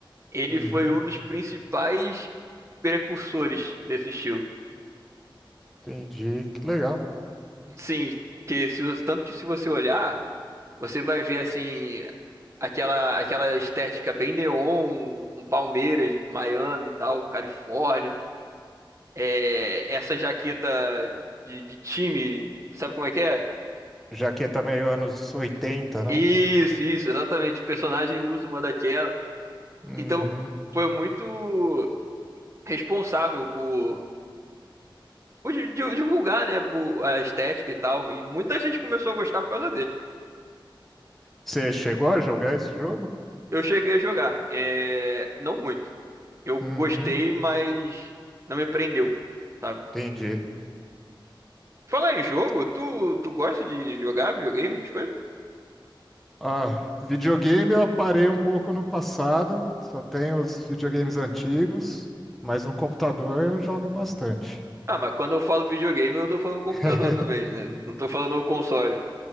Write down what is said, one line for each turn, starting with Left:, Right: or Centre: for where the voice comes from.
Right: Ele
Centre: Uhum,
Right: foi um dos principais precursores desse estilo.
Centre: entendi, que legal.
Right: Sim, que se, você- tanto que se você olhar, você vai ver assim aquela aquela estética bem neon, com Palmeiras, Miami e tal, Califórnia. É, essa jaqueta de, de time, sabe como é que é?
Centre: Já que é também anos 80, né?
Right: Isso, isso, exatamente. O personagem usa uma daquela.
Centre: Uhum.
Right: Então, foi muito responsável por, por di- di- divulgar, né, por a estética e tal. E muita gente começou a gostar por causa dele.
Centre: Você chegou a jogar esse jogo?
Right: Eu cheguei a jogar, é, não muito. Eu gostei,
Centre: Uhum,
Right: mas não me prendeu, sabe?
Centre: entendi.
Right: Falar em jogo, tu, tu gosta de jogar videogame, essas coisas?
Centre: Ah, videogame eu parei um pouco no passado, só tenho os videogames antigos, mas no computador eu jogo bastante.
Right: Ah, mas quando eu falo videogame, eu tô falando computador
Centre: <laughs>
Right: também, né? Não tô falando o console.